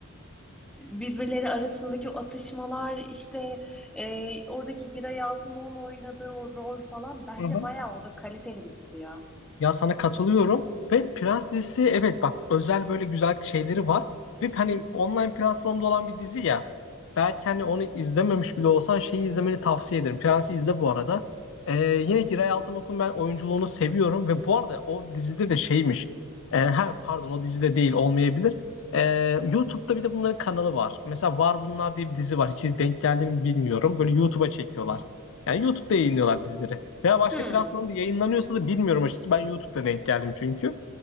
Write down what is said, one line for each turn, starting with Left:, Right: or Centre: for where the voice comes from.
Centre: birbirleri arasındaki o atışmalar işte e, oradaki Giray Altınoğlu'nun oynadığı o rol falan bence
Left: Aha.
Centre: bayağı o da kaliteli bir dizi ya.
Left: Ya sana katılıyorum ve Prens dizisi evet bak özel böyle güzel şeyleri var. Ve hani online platformda olan bir dizi ya. Belki hani onu izlememiş bile olsan şeyi izlemeni tavsiye ederim. Prens'i izle bu arada. Ee, yine Giray Altınok'un ben oyunculuğunu seviyorum ve bu arada o dizide de şeymiş. Ee, ha pardon o dizide değil olmayabilir. Ee, YouTube'da bir de bunların kanalı var. Mesela Var Bunlar diye bir dizi var. Hiç denk geldi mi bilmiyorum. Böyle YouTube'a çekiyorlar. Yani YouTube'da yayınlıyorlar dizileri. Veya başka
Centre: Hmm.
Left: platformda yayınlanıyorsa da bilmiyorum açıkçası. Ben YouTube'da denk geldim çünkü.